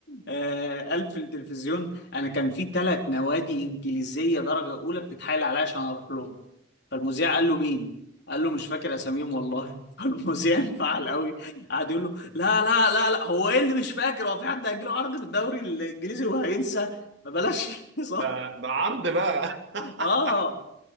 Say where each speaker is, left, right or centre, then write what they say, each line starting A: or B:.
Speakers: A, on the left; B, on the right.
A: آه قال في التلفزيون انا كان في ثلاث نوادي انجليزيه درجه اولى بتتحايل عليا عشان اروح لهم فالمذيع قال له مين قال له مش فاكر اساميهم والله <laughs> فالمذيع انفعل قوي قعد يقول له لا لا لا لا هو ايه اللي مش فاكر هو في حد هيجيله عرض في الدوري الانجليزي وهينسى ما بلاش <laughs> صح
B: ده ده عرض بقى <laughs>
A: اه